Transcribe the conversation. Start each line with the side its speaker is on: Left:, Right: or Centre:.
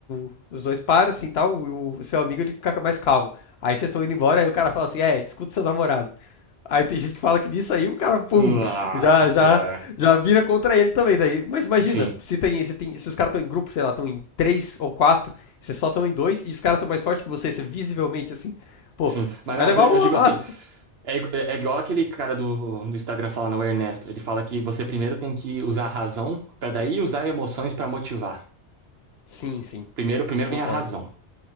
Left: o- os dois param assim e tal, o, o seu amigo ele fica mais calmo. Aí vocês estão indo embora, aí o cara fala assim, é, escuta seu namorado. Aí tem gente que fala que nisso aí o cara, pum,
Right: Nossa
Left: já,
Right: senhora.
Left: já, já vira contra ele também. Daí. Mas imagina,
Right: Sim,
Left: se tem, se tem, se os caras estão em grupo, sei lá, estão em três ou quatro, vocês só estão em dois, e os caras são mais fortes que você, você visivelmente assim, pô,
Right: sim.
Left: você
Right: Mas
Left: vai
Right: não,
Left: levar
Right: mas eu,
Left: uma
Right: eu digo
Left: massa.
Right: assim, é, igu- é- é igual aquele cara do, do Instagram falando, o Ernesto. Ele fala que você primeiro tem que usar a razão, pra daí usar emoções pra motivar.
Left: Sim, sim.
Right: Primeiro, primeiro
Left: Concordo.
Right: vem a razão.